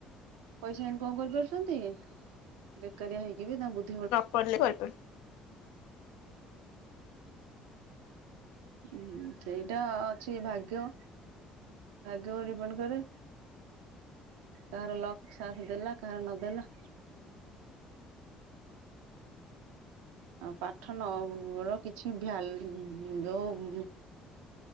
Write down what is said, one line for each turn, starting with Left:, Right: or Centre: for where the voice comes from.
Right: ପଇସା ଇନକମ କରିପାରୁଛନ୍ତି ବେକାରିଆ ହେଇକି ବି ତା ବୁଧ
Left: ନ ପଡ଼ିଲେ ହୁଁହୁଁ।
Right: ହଁ ସେଇଟା ଅଛି ଭାଗ୍ୟ ଭାଗ୍ୟକୁ ଡିପେଣ୍ଡ କରେ। କାହାର ଲଗ ସାଥ ଦେଲା କାହାର ନଦେଲା। ଆଉ ପାଠନ ର କିଛି ଭ୍ୟାଲୁ ଯୋଉ